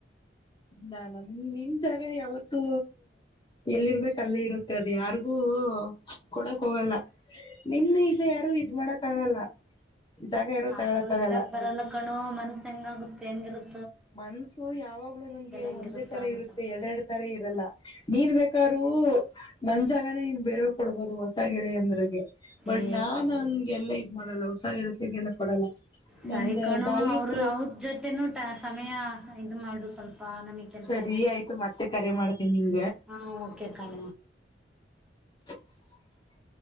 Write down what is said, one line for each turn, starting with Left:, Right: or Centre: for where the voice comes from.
Left: ನಾನ ನಿ ನಿಮ್ ಜಾಗ ಯಾವತ್ತೂ ಎಲ್ಲಿರ್ಬೇಕ ಅಲ್ಲಿ ಇರುತ್ತೆ ಅದು ಯಾರಿಗೂ ಹಓ ಕೊಡಕ್ ಹೋಗಲ್ಲ ನಿನ್ನ ಇದು ಯಾರು ಇದ್ ಮಾಡಕ್ ಆಗಲ್ಲ ಜಾಗ ಇರೋ
Centre: ಆದ್ರೂ
Left: ತಗೊಳಕ್ ಆಗಲ್ಲ
Centre: ಎಳಕ್ ಬರಲ್ಲ ಕಣು ಮನ್ಸ ಹೆಂಗಗುತ್ತೆ ಹೆಂಗಿರುತ್ತೆ
Left: ಮನ್ಸು ಯಾವಾಗ್ಲೂ ನಮಗೆ
Centre: ಹೆಂಗಿರುತ್ತೋ
Left: ಒಂದೇ ತರ
Centre: ಅಂತ
Left: ಇರುತ್ತೆ ಎರಡೆ ಎರಡ್ ತರ ಇರಲ್ಲ ನೀನ್ ಬೇಕಾದು ಓ ನಮ್ ಜಾಗನ ನ್ ಬೇರೋ ಕೊಡ್ಬಹದು ಹೊಸ ಗಿಳಿಯ ಅಂದ್ರಗೆ ಬಟ್
Centre: ಏ
Left: ನಾನ್ ಹಂಗೆಲ್ಲ ಮಾಡಲ್ಲ ಹೊಸ ಹೇಳ್ತೀಗೆಲ್ಲ ಕೊಡಲ್ಲ
Centre: ಸರಿ
Left: ನಂದ
Centre: ಕಣು
Left: ಬಾಲ್ಯದ
Centre: ಅವರು ಅವ್ರ ಜೊತೆನೂಟ ಸಮಯ ಇ ಮಾಡು ಸ್ವಲ್ಪ ಪಾ ನಮಗ್ ಕೆಲ್ಸ
Left: ಸರಿ
Centre: ಇದೆನೆ
Left: ಆಯ್ತು
Centre: ಮಾಡತ್ತೆ
Left: ಮತ್ತೆ ಕರೆ ಮಾಡ್ತೀನಿ ನಿಂಗೆ
Centre: ಹಾ ಓಕೆ ಕಣ
Left: <inaudible>